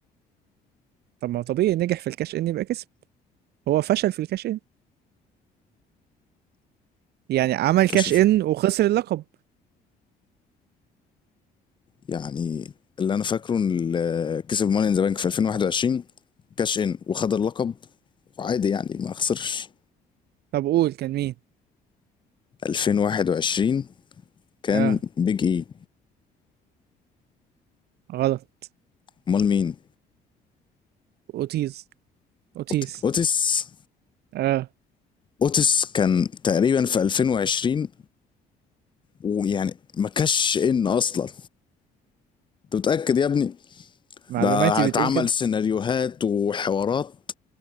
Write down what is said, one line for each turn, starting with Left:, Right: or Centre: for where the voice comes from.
Right: طب ما هو طبيعي نجح في الكاش إن يبقى كسب هو فشل في الكاش إن يعني عمل
Left: فشل
Right: كاش
Left: في
Right: إن وخسر اللقب
Left: يعني اللي انا فاكره ان اللي كسب ماني ان ذا بانك في 2021 كاش ان وخد اللقب وعادي يعني ما خسرش
Right: طب قول كان مين
Left: 2021 كان
Right: اه
Left: بيج اي
Right: غلط
Left: امال مين
Right: أوتيز أوتيز
Left: أوت- اوتس
Right: اه
Left: اوتس كان تقريبا في 2020 ويعني ما كاش ان اصلا انت متاكد يا ابني
Right: معلوماتي
Left: ده اتعمل
Right: بتقول كده
Left: سيناريوهات وحوارات